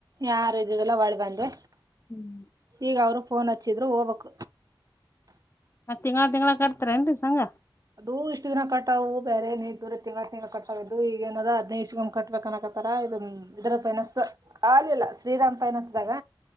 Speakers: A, on the right; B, on the left.
A: ಯಾರು ಇದದೆಲ್ಲ ಒಳ ಬಂದೆ
B: ಹ್ಮ್
A: ಈಗ ಅವ್ರು ಫೋನ್ ಹಚ್ಚಿದ್ರು ಹೋಗವಕ್
B: ಆ ತಿಂಗಗಳಾ ತಿಂಗಗಳಾ ಕಟ್ತಾರೇನ್ರಿ ಸಂಂಗ
A: ಅದು ಇಷ್ಟ ದಿನ ಕಟ್ಟಾವವು ಬೇರೆ ನೀರ್ ದೂರಿ ತಿಂಗಳು ತಿಂಗಳು ಕಟ್ಟಾವು ಈಗೇನದ ಹದ್ದುಮ ಕಟ್ಬೇಕನಕತ್ತ ತರ ಇದ ಇದರು ಪಯನಸ್ ಆಲಿಲ್ಲ ಶ್ರೀರಾಮ್ ಪಯಣಸ್ದಾಗ